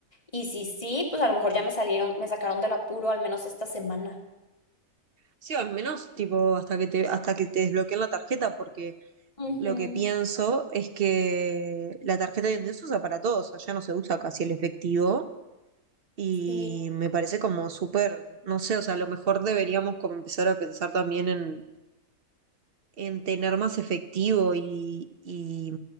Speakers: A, on the left; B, on the right.
A: Y si sí, pues a lo mejor ya me salieron, me sacaron del apuro al menos esta semana.
B: Sí, o al menos, tipo, hasta que te, hasta que te desbloqueen la tarjeta, porque
A: Ujú,
B: Lo que pienso es que la tarjeta hoy en día se usa para todo, o sea, ya no se usa casi el efectivo y
A: Sí.
B: me parece como súper, no sé, o sea, a lo mejor deberíamos como empezar a pensar también en, en tener más efectivo y, y,